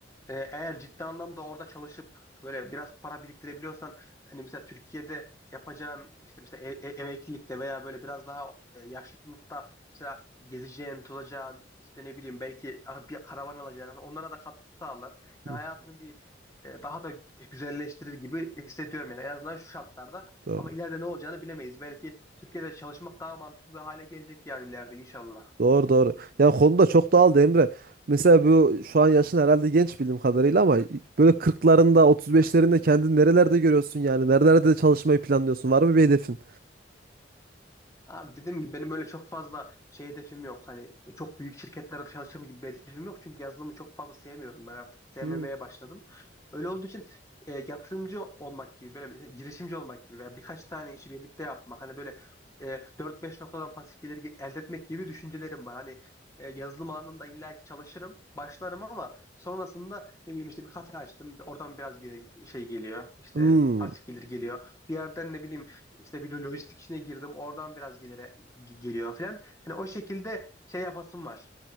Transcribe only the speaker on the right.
Hı,
Doğru.
Doğru doğru. Yani konu da çok dağıldı Emre. Mesela bu şu an yaşın herhalde genç bildiğim kadarıyla ama böyle 40'larında 35'lerinde kendini nerelerde görüyorsun yani? Nerelerde çalışmayı planlıyorsun? Var mı bir hedefin?
Hmm.
Hmm,